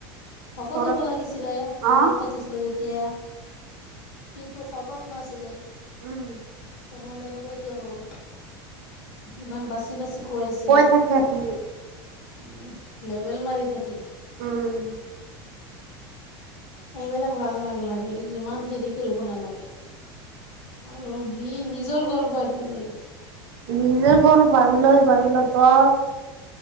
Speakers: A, on the left; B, on the right.
A: শকত
B: ঘৰত
A: হ'ব লাগিছিলে ঘৰত
B: অ
A: থাকিছিলে যেতিয়া সিটো শকত নাছিলে
B: উম
A: ন'হলে এনেুকোৱা কিয় হ'ল ইমান বাচি বাচি খোৱাইছে
B: কৈ থাকে সি
A: উম, লেবেল মাৰি থাকে।
B: উম।
A: এইবিলাক ভাল নাগলাগে ইমান হেৰি কৰিব নালাগে। আৰু সি নিজৰ ঘৰ ভাবিলৈ
B: নিজে ঘৰ ভাবিলৈ ভাবি ল ত